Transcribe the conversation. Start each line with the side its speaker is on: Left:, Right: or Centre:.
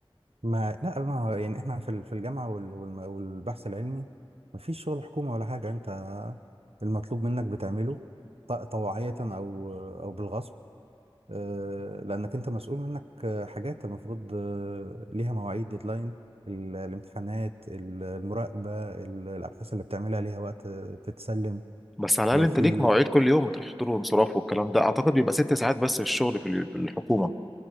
Right: ما لا ما هو يعني احنا في ال- في الجامعه وال- والم- والبحث العلمي ما فيش شغل حكومه ولا حاجه انت المطلوب منك بتعمله ط- طوعيه او او بالغصب آه، لانك انت مسؤول منك آه، حاجات المفروض آه، ليها مواعيد ديدلاين ال- الامتحانات ال- المراقبه ال- الابحاث اللي بتعملها ليها وقت آه، تتسلم
Centre: بس على
Right: لو
Centre: الاقل
Right: في
Centre: انت ليك مواعيد كل يوم بتروح حضور وانصراف والكلام ده اعتقد بيبقى ست ساعات بس الشغل في اليو- في الحكومه